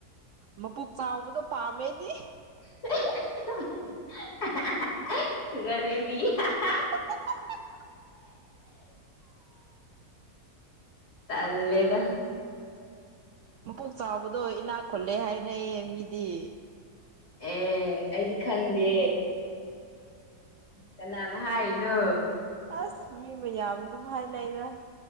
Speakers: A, on the right (about 65°); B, on the left (about 50°).
A: ꯃꯕꯨꯛ ꯆꯥꯎꯕꯗꯣ ꯄꯥꯝꯃꯦꯗꯤ
B: <unintelligible>
A: <unintelligible>
B: ꯇꯂꯦꯗ
A: ꯃꯄꯨꯛ ꯆꯥꯎꯕꯗꯣ ꯏꯅꯥꯛ ꯈꯨꯜꯂꯦ ꯍꯥꯏꯅꯩꯌꯦ ꯃꯤꯗꯤ
B: ꯑꯦ ꯑꯩꯗꯤ ꯈꯪꯗꯦ ꯀꯅꯥꯅ ꯍꯥꯏꯅꯣ
A: ꯑꯁ ꯃꯤ ꯃꯌꯥꯝ ꯑꯗꯨꯝ ꯍꯥꯏꯅꯗ